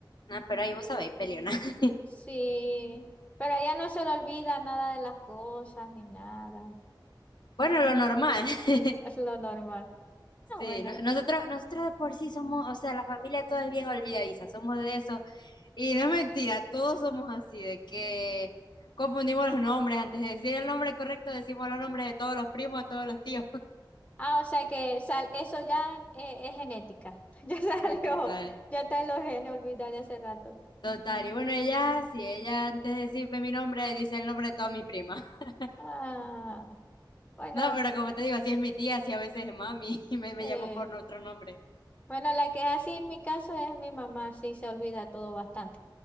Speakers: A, on the left (about 65°); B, on the left (about 20°).
A: no, pero ahí vos sabéis, peleona. <laughs>
B: Sí, pero a ella no se le olvida nada de las cosas ni nada,
A: Bueno, lo normal. <laughs>
B: es lo normal. Ah,
A: Sí,
B: bueno.
A: no- nosotros, nosotros de por sí somos, o sea, la familia todo es bien olvidadiza, somos de eso Y no es mentira, todos somos así, de que confundimos los nombres. Antes de decir el nombre correcto, decimos los nombres de todos los primos, de todos los tíos. <laughs>
B: Ah, o sea que sal- eso ya eh, es genética, <laughs> ya salió,
A: Sí, total.
B: ya está en los genes, olvidar de hace rato.
A: Total. Y bueno, ella, si ella antes de decirme mi nombre, dice el nombre de todas mis primas. <laughs>
B: Ah, bueno.
A: No, pero como te digo, así es mi tía, así a veces es mami, <laughs> y me, me
B: Eh,
A: llamó por otro nombre.
B: Bueno, la que es así en mi caso es mi mamá, sí se olvida todo bastante.